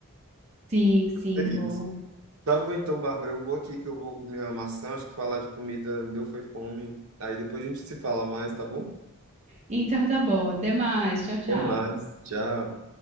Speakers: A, on the right; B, on the right.
A: Sim, sim,
B: É isso.
A: boa.
B: Tá bom então, Bárbara, eu vou aqui que eu vou comer uma maçã, acho que falar de comida me deu foi fome. Aí depois a gente se fala mais, tá bom?
A: Então tá bom, até mais. Tchau, tchau.
B: Até mais, tchau.